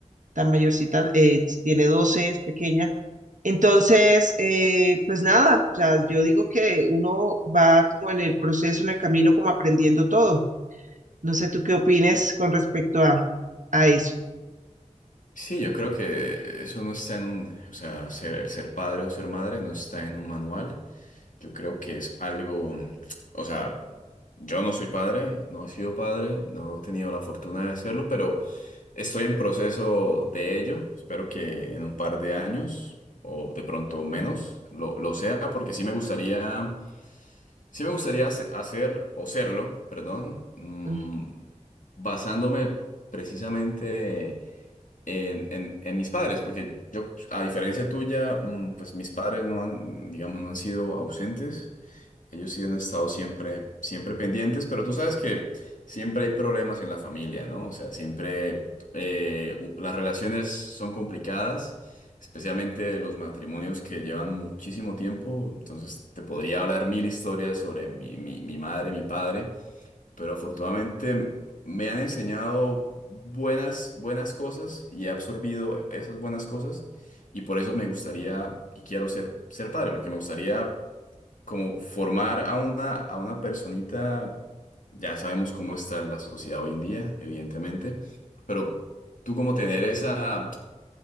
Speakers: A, on the right; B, on the left.
A: tan mayorcita, eh, tiene doce es pequeña. Entonces, eh, pues nada, o sea, yo digo que uno va como en el proceso, en el camino, como aprendiendo todo. No sé tú qué opines con respecto a, a eso.
B: Sí, yo creo que eso no está en un, o sea, ser, el ser padre o ser madre no está en un manual. Yo creo que es algo, o sea, yo no soy padre, no he sido padre, no he tenido la fortuna de serlo, pero estoy en proceso de ello. Espero que en un par de años o de pronto menos lo, lo sea, porque sí me gustaría, sí me gustaría hace- hacer o serlo, perdón, mm,
A: Mm.
B: basándome precisamente en, en- en mis padres, porque yo, a diferencia tuya, mm, pues mis padres no han, digamos, no han sido ausentes. Ellos sí han estado siempre, siempre pendientes, pero tú sabes que siempre hay problemas en la familia, ¿no? O sea, siempre eh, u- las relaciones son complicadas, especialmente los matrimonios que llevan muchísimo tiempo. Entonces, te podría hablar mil historias sobre mi, mi, mi madre, mi padre, pero afortunadamente me han enseñado buenas, buenas cosas y he absorbido esas buenas cosas y por eso me gustaría y quiero ser, ser padre, porque me gustaría como formar a una, a una personita, ya sabemos cómo está la sociedad hoy en día, evidentemente, pero tú como tener esa,